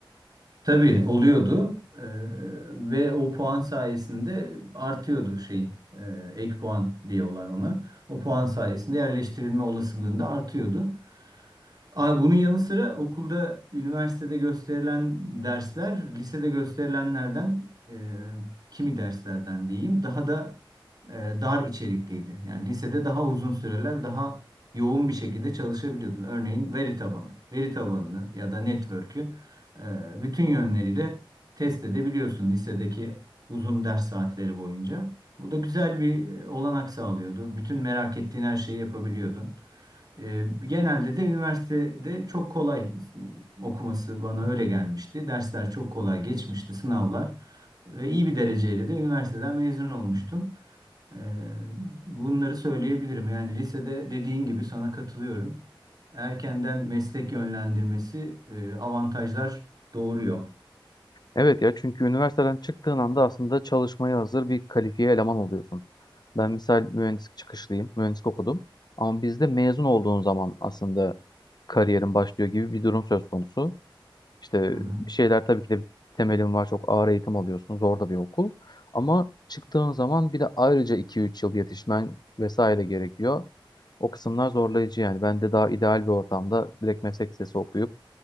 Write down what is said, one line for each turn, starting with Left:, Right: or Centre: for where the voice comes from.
Right: Tabii oluyordu Ee, ve o puan sayesinde artıyordu şeyin e, ek puan diyorlar ona. O puan sayesinde yerleştirilme olasılığında artıyordu. Abi bunun yanı sıra okulda, üniversitede gösterilen dersler, lisede gösterilenlerden, e, kimi derslerden diyeyim, daha da e, dar içerikliydi. Yani lisede daha uzun süreler, daha yoğun bir şekilde çalışabiliyordun. Örneğin veri tabanı, veri tabanını ya da network'ü e, bütün yönleriyle test edebiliyorsun lisedeki uzun ders saatleri boyunca. Bu da güzel bir e, olanak sağlıyordu. Bütün merak ettiğin her şeyi yapabiliyordun. E, genelde de üniversitede çok kolay okuması bana öyle gelmişti. Dersler çok kolay geçmişti, sınavlar. Ve iyi bir dereceyle de üniversiteden mezun olmuştum. E, bunları söyleyebilirim. Yani lisede dediğin gibi sana katılıyorum. Erkenden meslek yönlendirmesi e, avantajlar doğuruyor.
Left: Evet ya çünkü üniversiteden çıktığın anda aslında çalışmaya hazır bir kalifiye eleman oluyorsun. Ben misal mühendislik çıkışlıyım, mühendislik okudum. Ama bizde mezun olduğun zaman aslında kariyerin başlıyor gibi bir durum söz konusu. İşte
Right: Hı hı.
Left: bir şeyler tabii ki de bir temelin var, çok ağır eğitim alıyorsun, zor da bir okul. Ama çıktığın zaman bir de ayrıca iki üç yıl yetişmen vesaire gerekiyor. O kısımlar zorlayıcı yani. Ben de daha ideal bir ortamda direkt meslek lisesi okuyup,